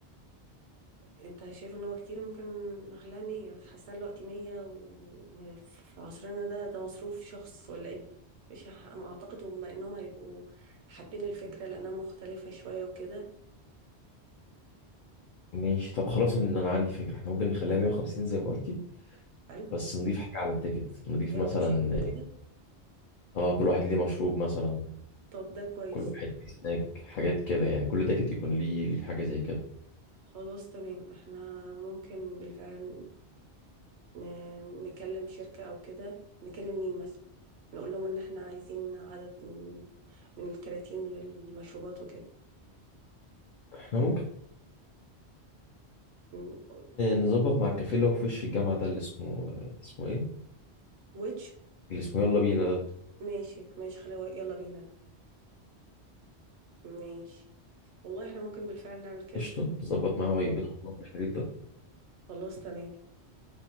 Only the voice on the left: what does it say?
ماشي طب خلاص انا أنا عندي فكرة احنا ممكن نخليها 150 زي ما قلتي
بس نضيف حاجة على التيكت نضيف
مثلا
اه كل واحد ليه مشروب مثلا
كل واحد ليه سناك حاجات كده يعني كل تيكت يكون ليه ليه حاجة زي كده
احنا ممكن
نظبط مع الكافيه اللي هو في وش الجامعة ده اللي اسمه اسمه ايه
اللي اسمه يلا بينا ده
قشطة نظبط معاه هو يجيب لنا المشروب ده